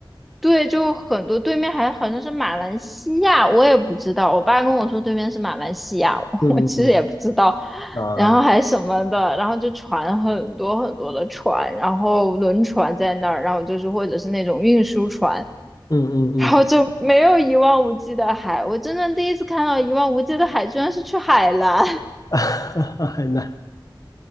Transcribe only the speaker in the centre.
对，就很多对面还好像是马来西亚，我也不知道。我爸跟我说对面是马来西亚，<laughs> 我我其实也不知道。
然后还什么的，
然后就船很多很多的船，然后轮船在那儿，然后就是或者是那种运输船，
然后就没有一望无际的海。我真的第一次看到一望无际的海，居然是去海南。<laughs>